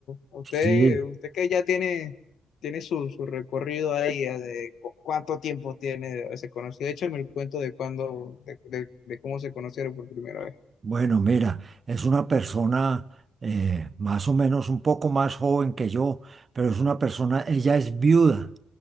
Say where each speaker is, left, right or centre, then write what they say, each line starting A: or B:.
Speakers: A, on the left (about 70°); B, on the right (about 35°).
A: Usted,
B: Sí.
A: usted que ya tiene, tiene su, su recorrido ahí, eh, de cu- cuánto tiempo tiene de haberse conocido. Échame el cuento de cuándo, de, de- de cómo se conocieron por primera vez.
B: Bueno, mira, es una persona eh, más o menos un poco más joven que yo, pero es una persona, ella es viuda